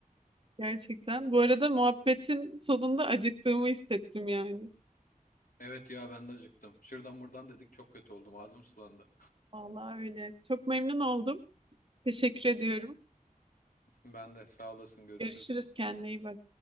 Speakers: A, on the right; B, on the left.
A: Gerçekten. Bu arada muhabbetin sonunda acıktığımı hissettim yani.
B: Evet ya ben de acıktım. Şuradan buradan dedik çok kötü oldum. Ağzım sulandı.
A: Vallahi öyle. Çok memnun oldum. Teşekkür ediyorum.
B: Ben de sağ olasın. Görüşürüz.
A: Görüşürüz. Kendine iyi bak.